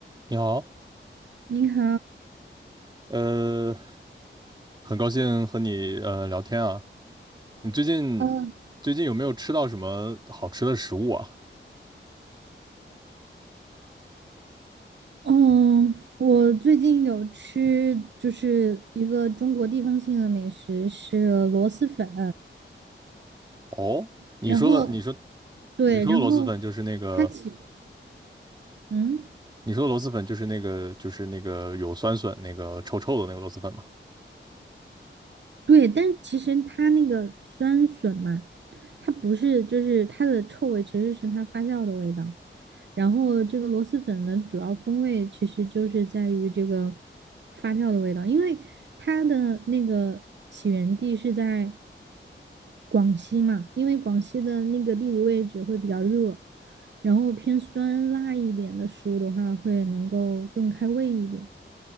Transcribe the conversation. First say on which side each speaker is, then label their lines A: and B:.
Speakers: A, on the right; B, on the right.
A: 你好，
B: 你好，
A: 呃，很高兴和你呃聊天啊。你最近
B: 嗯，
A: 最近有没有吃到什么好吃的食物啊？
B: 嗯，我最近有吃就是一个中国地方性的美食是螺蛳粉，
A: 哦，你说的你说
B: 然后对，
A: 你说的螺蛳粉就是那个
B: 然后它其嗯
A: 你说的螺蛳粉就是那个就是那个有酸笋那个臭臭的那个螺蛳粉嘛？
B: 对，但其实它那个酸笋嘛，它不是就是它的臭味其实是它发酵的味道。然后这个螺蛳粉的主要风味其实就是在于这个发酵的味道，因为它的那个起源地是在广西嘛，因为广西的那个地理位置会比较热，然后偏酸辣一点的食物的话，会能够更开胃一点。